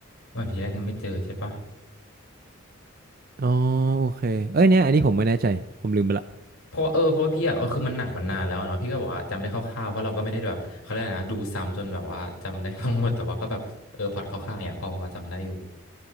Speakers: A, on the left (about 85°); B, on the right (about 40°).
A: เหมือนทีแรกยังไม่เจอใช่ปะ
B: อ๋อโอเคเอ้ยเนี่ยอันนี้ผมไม่แน่ใจผมลืมไปละ
A: เพราะว่าเออเพราะว่าพี่อะเออคือมันหนังมันนานแล้วเนาะพี่ก็บอกว่าจำได้คร่าวๆเพราะเราก็ไม่ได้แบบเขาเรียกอะไรนะดูซ้ำจนแบบว่าจำได้ทั้งหมดแต่ว่าก็แบบเออพล็อตคร่าวๆเนี่ยพอพอจำได้อยู่